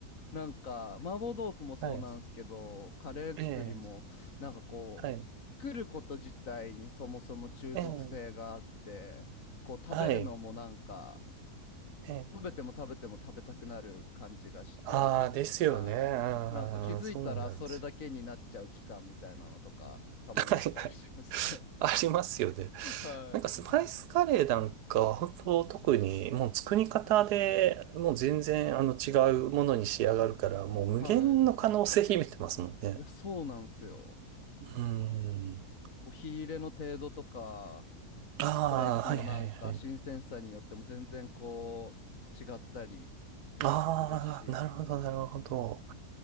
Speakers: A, on the left; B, on the right.
A: なんか、麻婆豆腐もそうなんですけど、
B: はい。
A: カレー作りも、
B: ええ。
A: なんかこう、
B: はい。
A: 作ること自体にそもそも中毒性があって、
B: ええ。
A: こう食べるのもなんか、
B: はい。ええ。
A: 食べても食べても食べたくなる感じがして、
B: ああ、ですよね。
A: はい。
B: うん、
A: なんか気づいたらそれだけになっちゃう期間みたいなのとか、
B: そうなんですよ
A: たまにあったりしますね。
B: はいはい。ありますよね。
A: <laughs> はい。
B: なんかスパイスカレーなんかは本当特にもう作り方でもう全然あの違うものに仕上がるからもう無限の可能性秘めてますもんね。
A: はい。いや、そうなんですよ。
B: うーん。
A: こう、火入れの程度とか、
B: あ
A: スパイスのなんか新鮮さによっても全然こう、
B: あ、はいはいはい。
A: 違ったり
B: ああ、
A: するし、
B: なるほどなるほど。